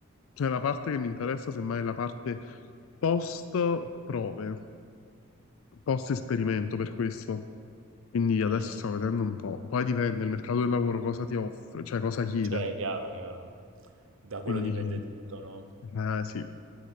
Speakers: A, on the left; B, on the right.
A: cioè la parte che mi interessa semmai è la parte post prove, post esperimento per questo. Quindi adesso
B: Mh,
A: stiamo vedendo un po'. Poi dipende, il mercato del lavoro cosa ti offre, cioè cosa chiede.
B: cioè è chiaro, chiaro. Da quello
A: Quindi,
B: dipende
A: <laughs>
B: tutto, no?
A: eh, sì.